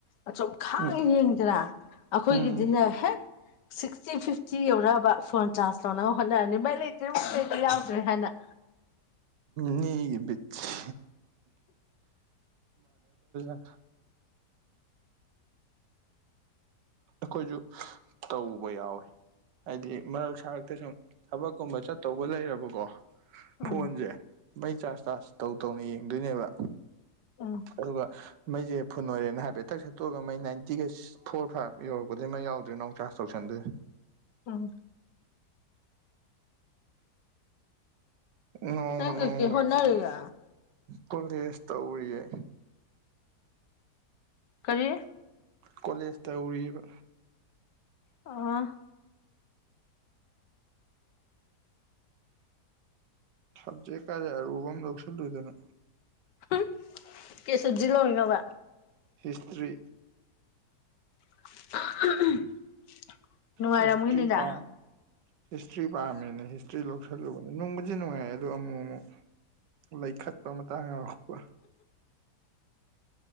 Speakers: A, on the left (about 80°); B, on the right (about 90°).
A: ꯑꯆꯨꯝ ꯈꯥꯡ
B: ꯎꯝ
A: ꯌꯦꯡꯗꯔꯥ ꯑꯩꯈꯣꯏꯒꯤꯗꯤꯅꯦ
B: ꯎꯝ
A: ꯍꯦꯛ ꯁꯤꯛꯁꯇꯤ ꯐꯤꯐꯇꯤ ꯌꯧꯔꯛꯑꯕ ꯐꯣꯟ ꯆ꯭ꯥꯔꯖ ꯇꯧꯅꯕ ꯍꯣꯠꯅꯔꯅꯤ ꯃꯩ ꯂꯩꯇ꯭ꯔꯦ ꯃꯩ ꯂꯩꯇꯔꯦ ꯌꯥꯎꯗ꯭ꯔꯦ ꯍꯥꯏꯅ
B: ꯃꯤꯒꯤ ꯕꯤꯠꯁꯦ <unintelligible> ꯑꯩꯈꯣꯏꯖꯨ ꯇꯧꯕ ꯌꯥꯎꯋꯤ ꯍꯥꯏꯗꯤ ꯃꯔꯛ ꯁꯔꯛꯇ ꯁꯨꯝ ꯊꯕꯛꯀꯨꯝꯕ ꯆꯠꯇꯧꯕ ꯂꯩꯔꯕꯀꯣ
A: ꯎꯝ
B: ꯐꯣꯟꯖꯦ ꯃꯩ ꯆꯥꯔꯖ ꯇꯥꯔꯖ ꯇꯧ ꯇꯧꯅ ꯌꯦꯡꯗꯣꯏꯅꯦꯕ
A: ꯎꯝ
B: ꯑꯗꯨꯒ ꯃꯩꯖꯦ ꯐꯨꯟ ꯑꯣꯏꯔꯦꯅ ꯍꯥꯏꯐꯦꯠꯊꯛ ꯁꯠꯇꯣꯛꯑꯒ ꯃꯩ ꯅꯥꯏꯟꯇꯤꯒ ꯐꯣꯔ ꯐꯥꯏꯚ ꯌꯧꯔꯛꯄꯗꯤ ꯃꯩ ꯌꯥꯎꯗꯣꯏꯔꯦꯅ ꯑꯃꯨꯛ ꯆꯥꯔꯖ ꯇꯧꯁꯟꯗꯣꯏ
A: ꯎꯝ
B: ꯅꯣꯡꯃ
A: ꯅꯪ
B: ꯅꯣꯡꯃꯒꯤ
A: ꯀꯩꯀꯩ ꯍꯣꯠꯅꯔꯤꯒꯦ
B: ꯀꯣꯂꯦꯁ ꯇꯧꯔꯤꯌꯦ
A: ꯀꯔꯤ
B: ꯀꯂꯦꯖ ꯇꯧꯑꯔꯤꯕ
A: ꯑꯣ
B: ꯁꯕꯖꯦꯛꯀꯥꯗꯤ ꯑꯔꯨꯕ ꯃꯥ ꯂꯧꯁꯥꯜꯂꯨꯗꯅ
A: ꯍꯝ ꯀꯩ ꯁꯕꯖꯦꯛ ꯂꯧꯔꯤꯅꯣꯕ
B: ꯍꯤꯁꯇ꯭ꯔꯤ
A: <unintelligible> ꯅꯨꯡꯉꯥꯏꯔꯝꯒꯅꯤꯗ
B: ꯍꯤꯁꯇ꯭ꯔꯤ ꯄꯥ ꯍꯤꯁꯇ꯭ꯔꯤ ꯄꯥꯝꯃꯦꯅ ꯍꯤꯁꯇ꯭ꯔꯤ ꯂꯧꯁꯜꯂꯨꯕꯅꯦ ꯅꯨꯡꯕꯨꯗꯤ ꯅꯨꯡꯉꯥꯏ ꯑꯗꯨ ꯑꯃꯨꯛ ꯑꯃꯨꯛ ꯂꯩꯈꯠꯄ ꯃꯇꯥꯡ ꯌꯥꯎꯔꯛꯄ